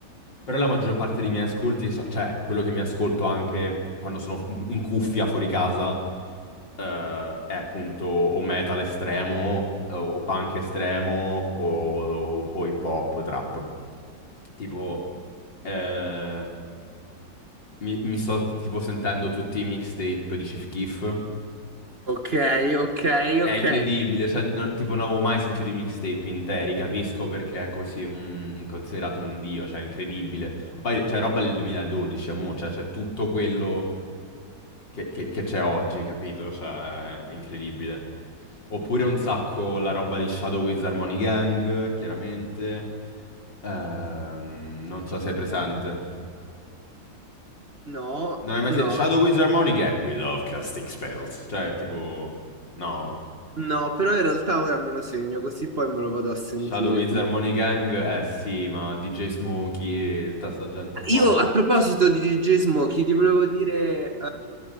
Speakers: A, on the left; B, on the right.
A: però la maggior parte dei miei ascolti, so- cioè quello che mi ascolto anche quando sono in in cuffia fuori casa, eh, è appunto o metal estremo, o punk estremo, o, o- o hip hop, trap. Tipo, eh, mi, mi sto tipo sentendo tutti i mixtape di Chief Keef,
B: Ok, ok,
A: è
B: ok.
A: incredibile, cioè, no- tipo non avevo mai sentito i mixtape interi, capisco perché è così mm, considerato un dio, cioè è incredibile. Ma Poi c'è roba del 2012, amore, cioè c'è tutto quello che che- che c'è oggi, capito? Cioè è incredibile. Oppure un sacco la roba di Shadow Wiz Harmony Gang, chiaramente. Ehm, non so se è presente.
B: No,
A: Non hai mai
B: no,
A: sentito Shadow Wiz Harmony Gang? We love casting spells. Cioè, tipo... No?
B: no, però in realtà ora me lo segno così poi me lo vado a sentire.
A: Shadow Wizard
B: Ti
A: Harmony Gang, eh sì, ma DJ Smokey, tutta sta gente qua.
B: Io a proposito di dirigismo, chi ti volevo dire, eh,